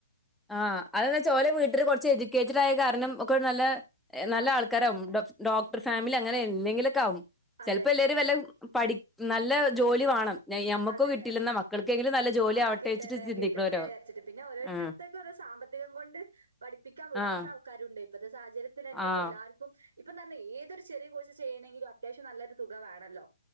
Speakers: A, in the centre; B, on the right.
A: ആഹ് അതെന്ത് വെച്ചാ ഓലെ വീട്ടില് കൊർച്ച് എജുക്കേറ്റഡ് ആയ കാരണം ഒക്കെ നല്ല നല്ല
B: ആ
A: ആൾ ക്കാരം ഡോക്ടർ ഫാമിലി അങ്ങനെ എന്തെങ്കിലൊക്കെ ആവും.
B: അതെ
A: ചെൽപ്പോ എല്ലാരും വല്ല പഠി നല്ല ജോലി വാണം. ഞമ്മക്കും
B: അതന്നെ
A: കിട്ടില്ല. ന്നാ മക്കൾക്കെങ്കിലും നല്ല ജോലി
B: ആഹ്
A: ആവട്ടേയ്ച്ച്
B: കിട്ടണേ
A: ചിന്തിക്ക്ണോരോ
B: കിട്ടട്ടെ വിചാരിച്ചിട്ട് പിന്നെ ഓരോരുത്തർക്ക്
A: ആഹ്
B: സാമ്പത്തികം കൊണ്ട് പഠിപ്പിക്കാൻ വിടാത്ത
A: ആഹ്
B: ആൾക്കാരുണ്ട്. ഇപ്പത്തെ സാഹചര്യത്തിലെന്നെ
A: ആഹ്
B: ഇപ്പൊ എല്ലാ ക്കും ഇപ്പം തന്നെ ഏതൊരു ചെറിയ കോഴ്സ് ചെയ്യണെങ്കിലും അത്യാവശ്യം നല്ലൊരു തുക വേണല്ലോ.